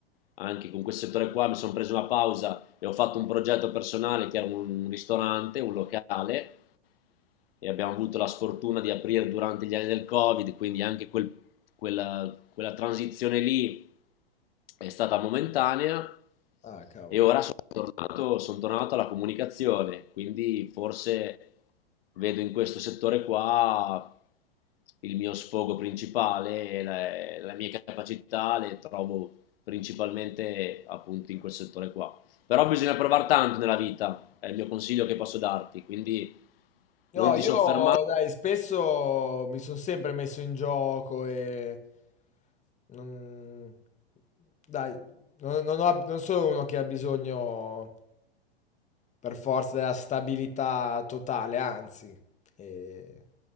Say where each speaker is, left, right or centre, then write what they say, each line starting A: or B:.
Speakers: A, on the left; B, on the left.
A: anche con quel settore qua, mi sono preso una pausa e ho fatto un progetto personale che era un ristorante, un locale, e abbiamo avuto la sfortuna di aprire durante gli anni del Covid, quindi anche quel, quella, quella transizione lì è stata momentanea
B: Ah, cavolo.
A: e ora sono tornato, sono tornato alla comunicazione, quindi forse vedo in questo settore qua il mio sfogo principale, le, la mia capacità le trovo principalmente appunto in quel settore qua. Però bisogna provare tanto nella vita, è il mio consiglio che posso darti, quindi non
B: No, io
A: ti soffermare.
B: dai, spesso mi sono sempre messo in gioco e non... Dai, non, non ho- non sono uno che ha bisogno per forza della stabilità totale, anzi. eh,